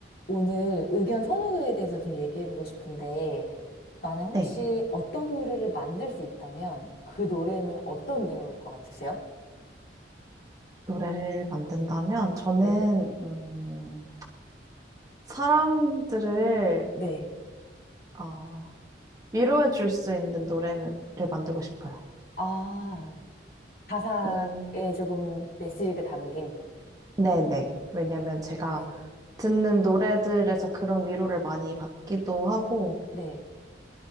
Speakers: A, on the left (about 55°); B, on the right (about 20°).
A: 오늘 의견 선호도에 대해서 좀 얘기해보고 싶은데, 만약 혹시
B: 네,
A: 어떤 노래를 만들 수 있다면 그 노래는 어떤 내용일 것 같으세요?
B: 노래를 만든다면 저는
A: 네.
B: 음, 사람들을
A: 네.
B: 어, 위로해 줄 수 있는 노래를 만들고 싶어요.
A: 아, 가사에
B: 음,
A: 조금 메시지가 담긴.
B: 네네. 왜냐면 제가
A: 네.
B: 듣는 노래들에서 그런 위로를 많이 받기도 하고,
A: 네.